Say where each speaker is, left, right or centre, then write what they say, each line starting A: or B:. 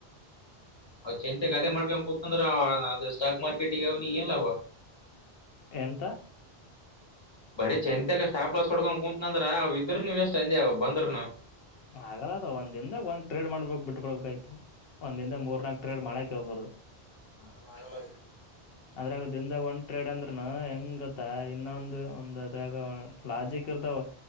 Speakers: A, on the left (about 25°); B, on the left (about 65°).
A: ಅ್ ಚಂತೆ ಕದೆ ಮಾಡ್ಕೊಂಡ ಕೂತ್ಂದ್ರ ಅದ ಸ್ಟಾಕ್ ಮಾರ್ಕೆಟಗ ಅವನಿ ಏನ್ಲ್ಲವ
B: ಎಂತ
A: ಬರೀ ಚಂತೆಾಗ ಸ್ಟಾಪ್ ಲಾಸ್ ಹೊಡ್ಕೊಂಡ್ ಕುೂಂತನಂದ್ರ ಅವ ಇದ್ರರು ನೀ ವೇಸ್ಟ್ ಅಂದ ಬಂದ್ರರುನು
B: ಆಗಲ್ಲ ಅದು ಒಂದ್ಿಂದದಾಗಂದ ಟ್ರೇಡ್ ಮಾಡ್ಬೇಕಕ್ ಬಿಟ್ ಬಿಡ್ಬೇಕ ಆ್ತು ಒಂದ್ಿಂದ ಮೂರ್ ನಾಕ್ ಟ್ರೇಡ್ ಮಾಡಕ ಕಬರುದು
A: ಹ ನಾಗಲ್ಲ
B: ಅದ್ರಾಗ ದಿನದಾಗ ಟ್ರೇಡ್ ಅಂದ್ರನು ಹೆಂಗ್ ಗೊತ್ತ ಇನ್ನೊಂದು ಒಂದ್ ಅದ್ರಾಗ ಲಾಜಿಕ್ ಇರ್ತಾವ